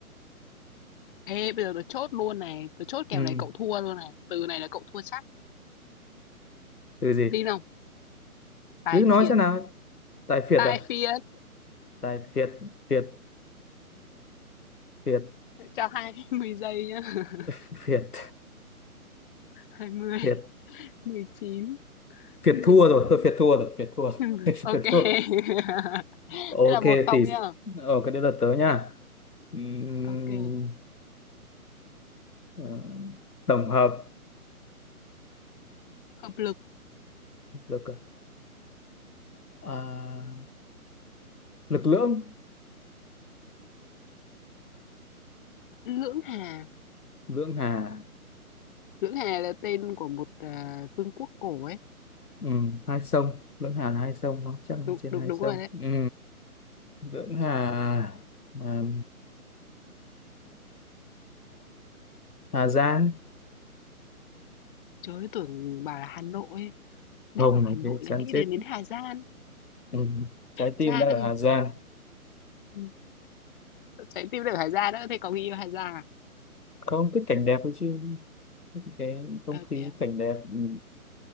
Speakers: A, on the left; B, on the left.
A: Ê, bây giờ tôi chốt luôn này, tôi chốt kèo
B: ừ.
A: này cậu thua luôn này, từ này là cậu thua chắc.
B: từ gì
A: Tin không? Tài
B: cứ nói
A: phiệt,
B: xem nào tài phiệt
A: tài
B: à
A: phiệt.
B: tài phiệt phiệt phiệt
A: Cho 20 <laughs> giây nhá. <laughs>
B: <laughs> phiệt
A: hai mươi,
B: phiệt
A: mười chín
B: phiệt
A: mười
B: thua
A: tám
B: rồi thôi phiệt thua rồi phiệt thua rồi.
A: <laughs>
B: <laughs>
A: Ok.
B: phiệt thua
A: <laughs> Thế
B: ok
A: là một không
B: thì
A: nhá.
B: ờ cái đấy là tớ nha Ừm,
A: Ok.
B: ờ, tổng hợp
A: Hợp lực,
B: được rồi. à, lực lưỡng
A: lưỡng hà.
B: lưỡng hà
A: Lưỡng Hà là tên của một à, vương quốc cổ ấy.
B: ừ, hai sông lưỡng hà là hai sông không chắc là
A: Đúng,
B: trên
A: đúng,
B: hai
A: đúng
B: sông
A: rồi đấy.
B: ừ, lưỡng hà à, hà giang
A: Trời ơi, tưởng bảo là Hà Nội. ấy. Đang
B: không
A: ở
B: nói
A: Hà Nội
B: thế chán
A: là nghĩ
B: chết
A: đến đến Hà Giang.
B: Ừ. Trái tim
A: Giang.
B: đang ở Hà Giang
A: Ừ, Trái tim được Hà Giang đó. Thế có người yêu Hà Giang à?
B: không thích cảnh đẹp ấy chứ cái không
A: Ờ
B: khí
A: thế à?
B: cảnh đẹp ừ.